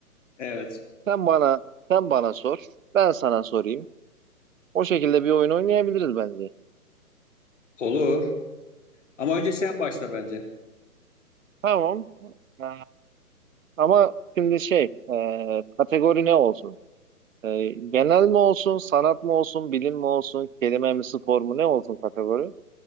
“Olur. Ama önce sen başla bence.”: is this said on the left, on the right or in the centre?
Left